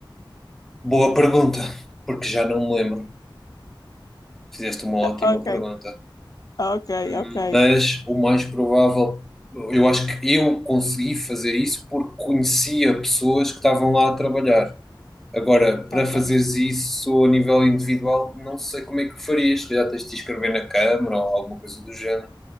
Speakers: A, in the centre; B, on the left.
A: Boa pergunta, porque já não me lembro. Fizeste uma ótima
B: Ok,
A: pergunta.
B: ok,
A: Hum,
B: ok,
A: Mas o mais provável, eu acho que eu consegui fazer isso porque conhecia pessoas que estavam lá a trabalhar. Agora, para
B: ok.
A: fazeres isso a nível individual, não sei como é que o farias. Se calhar tens de te inscrever na Câmara ou alguma coisa do género.